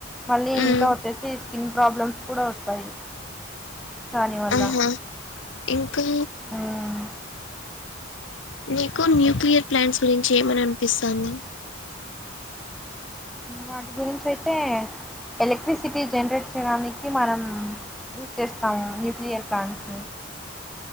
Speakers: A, in the centre; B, on the left.
A: మళ్ళీ
B: ఉమ్
A: ఇంకా వచ్చేసి స్కిన్ ప్రాబ్లమ్స్ కూడా వస్తాయి దానివల్ల
B: ఆహా ఇంకా
A: మ్మ్
B: నీకు న్యూక్లియర్ ప్లాంట్స్ గురించి ఏమని అనిపిస్తంది
A: వాటి గురించి అయితే ఎలక్ట్రిసిటీ జనరేట్ చేయడానికి మనం యూస్ చేస్తాము న్యూక్లియర్ ప్లాంట్స్